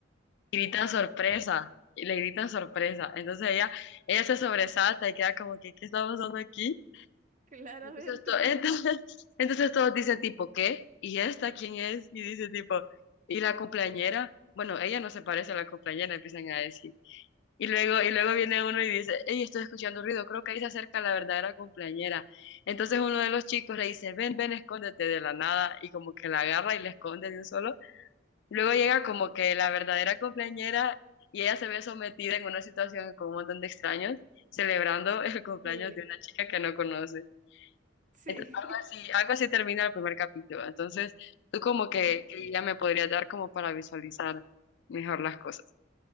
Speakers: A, on the left; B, on the right.
A: y gritan
B: ok,
A: sorpresa, y le gritan sorpresa. Entonces ella, ella se sobresalta y queda como que, ¿qué está pasando aquí?
B: claramente,
A: Entonces, to- <laughs> entonces, entonces todos dicen tipo, ¿qué? ¿Y esta quién es? Y dice tipo, ¿y la cumpleañera? Bueno, ella no se parece a la cumpleañera, empiezan a decir. Y luego, y luego viene uno y dice, hey, estoy escuchando ruido, creo que ahí se acerca la verdadera cumpleañera. Entonces uno de los chicos le dice, ven, ven, escóndete de la nada. Y como que la agarra y le esconde de un solo. Luego
B: <laughs>
A: llega
B: ajá,
A: como que la verdadera cumpleañera y ella se ve sometida en una situación con un montón de extraños, celebrando el cumpleaños
B: sí,
A: de una chica que no conoce.
B: sí,
A: Entonces, algo así, algo así termina el primer capítulo. Entonces, tú como
B: <laughs>
A: que,
B: ok.
A: que ya me podrías dar como para visualizar mejor las cosas.